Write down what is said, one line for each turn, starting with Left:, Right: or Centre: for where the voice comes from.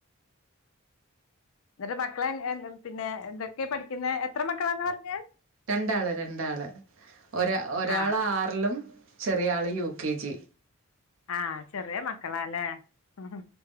Left: ന്നട്ട് മക്കളെ എൻ എന്ത് പിന്നെ എന്തൊക്കെയാ പഠിക്കുന്നെ എത്ര മക്കളാന്നാ പറ്ഞ്ഞെ
Right: രണ്ടാള് രണ്ടാള് ഒരാ ഒരാളാറിലും
Left: ആഹ്
Right: ചെറിയ ആള് യു കെ ജി
Left: ആ ചെറിയ മക്കളാല്ലേ മ്മ്ഹ് ഹ്